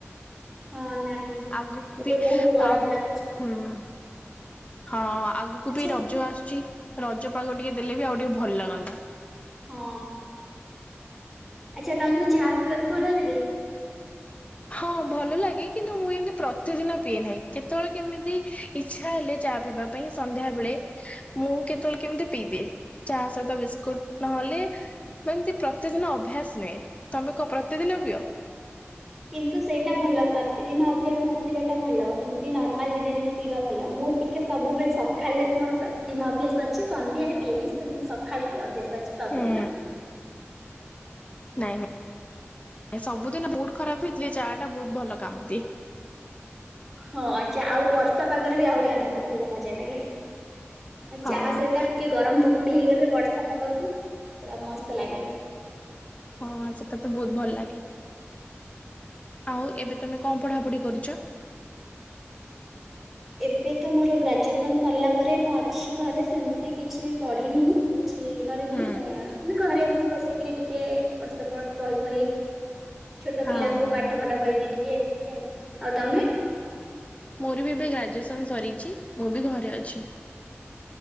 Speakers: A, in the centre; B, on the left (about 30°).
A: ହଁ ନାହିଁ।
B: ଆଗକୁ
A: ଏବେ
B: ବି
A: ବହୁତ ଗରମ
B: ଆଗ୍
A: ଲାଗୁଛି।
B: ହୁଁ-ହୁଁ। ହଁଅ ଆଗକୁ
A: ଆଚ୍ଛା
B: ବି ରଜ ଆସୁଛି। ରଜ ପାଗ ଟିକେ ଦେଲେ ବି ଆଉ ଟିକେ ଭଲ ଲାଗନ୍ତା।
A: ହଁ। ଆଚ୍ଛା ତମକୁ ଚାହା ପିଇବାକୁ ଭଲ ଲାଗେ?
B: ହଁ ଭଲ ଲାଗେ କିନ୍ତୁ ମୁଁ ଏମିତି ପ୍ରତିଦିନ ପିଏ ନାହିଁ କେତେବେଳେ କେମିତି ଇଚ୍ଛା ହେଲେ ଚାହା ପିଇବା। ପାଇଁ ସନ୍ଧ୍ୟା ବେଳେ ମୁଁ କେତେବେଳେ କେମିତି ପିଇଦିଏ। ଚାହା ସହିତ ବିସ୍କୁଟ ନହେଲେ ଯେମିତି ପ୍ରତିଦିନ ଅଭ୍ୟାସ ନାହିଁ, ତମେ କଣ ପ୍ରତିଦିନ ପିଅ?
A: କିନ୍ତୁ ସେଇଟା ଭଲ ପ୍ରତିଦିନ ଅଭ୍ୟାସ ନଥିବାଟା ଭଲ ଏମିତି ନର୍ମାଲ ଦିନେ ଦିନେ ପିଇବା ଭଲ ମୁଁ ଟିକ୍ କେ, ସବୁବେଳେ ସଖାଳେ ମୋର ପ୍ରତିଦିନ ଅଭ୍ୟାସ ଅଛି ସନ୍ଧ୍ୟାରେ ପିଏନି ସେମିତି ସକ୍ ଖାଲି ଟିକେ ଅଭ୍ୟାସ ଅଛି ସବୁଦିନ।
B: ହୁଁ ନାଇଁ ନାଇଁ, ସବୁଦିନ ମୁଡ୍ ଖରାପ ହେଇଥିଲେ ଚାଆଟା ବହୁତ ଭଲ କାମଦିଏ।
A: ହଁ ଚାଆ, ଆଉ ବର୍ଷା ପାଗରେ ବି ଆହୁରି ଅଧିକ୍। ତ ଭଲ ମଜା ଲାଗେ ଆଉ
B: ହଁ
A: ଚାହା ସହିତ ଟିକେ ଗରମ ପକ୍ କୁଡି ହେଇଗଲେ ବର୍ଷା ପାଗକୁ ପୁରା ମସ୍ତ ଲାଗେ।
B: ହଁ ସେଟା ତ ବହୁତ ଭଲ ଲାଗେ। ଆଉ ଏବେ ତମେ କଣ ପଢାପଢି କରୁଚ?
A: ଏବେ ତ ମୋର ଗ୍ରାଜୁଏସନ୍ ସରିଲା ପରେ ମୁଁ ଅଛି ଘରେ ସେମିତି କିଛି ପଢିନି କିଛି କରିନି
B: ହୁଁ
A: ସେ ମାନେ ଘରେ ଏମିତି ବସିକି ଟିକେ ଏପଟ ସେପଟ ବହି ଫହି ଛୋଟ
B: ହଁ
A: ପିଲାଙ୍କୁ
B: ହଁ
A: ପାଠ ଫାଠ କହିଦିଏ ଟିକେ ଏତିକି ଆଉ ଆଉ ତମେ?
B: ମୋର ବି ଏବେ ଗ୍ରାଜୁଏସନ୍ ସରିଛି ମୁଁ ବି ଘରେ ଅଛି।